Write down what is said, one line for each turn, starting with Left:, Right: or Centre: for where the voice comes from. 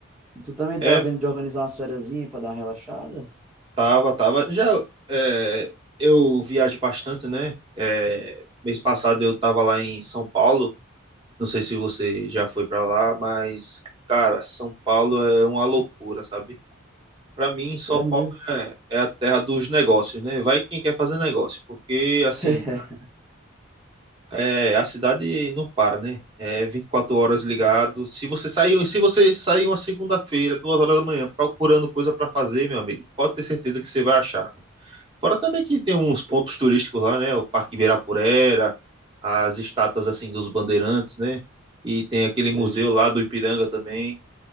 Centre: Tu também
Right: é,
Centre: tava vendo de organizar umas fériasinhas pra dar uma relaxada?
Right: tava, tava. Já é, eu viajo bastante, né? É, mês passado eu tava lá em São Paulo. Não sei se você já foi pra lá, mas, cara, São Paulo é uma loucura, sabe? Pra mim, São
Centre: É
Right: Paulo
Centre: mesmo.
Right: é, é a terra dos negócios, né? Vai quem quer fazer negócio, porque, assim,
Centre: <laughs>
Right: É, a cidade não para, né? É 24 horas ligado. Se você sair, se você sair uma segunda-feira, duas horas da manhã, procurando coisa para fazer, meu amigo, pode ter certeza que você vai achar. Fora também que tem uns pontos turísticos lá, né? O Parque Ibirapuera, as estátuas assim dos bandeirantes, né? E tem aquele
Centre: Sei.
Right: museu lá do Ipiranga também,